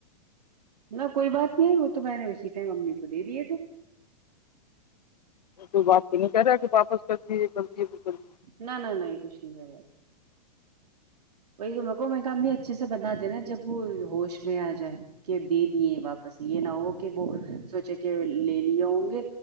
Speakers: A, on the right; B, on the left.
A: نہ کوئی بات نہیں ہے وہ تو میں نے اسی ٹائم امی کو دے دیے تھے
B: تو آپ نہیں کہہ رہاے کہ واپس کر دیے یہ کر دییے وہ کر دیے
A: نہ نہ نہ یہ کچھ نہیں کرای وہی تو میں مںیک بھی اچھے سے بتا دینا جب وہ ہوش میں آ جائے کہ دے دیے واپس یہ نہ ہو کہ وہ سوچے کہ لے لیے ہوں گے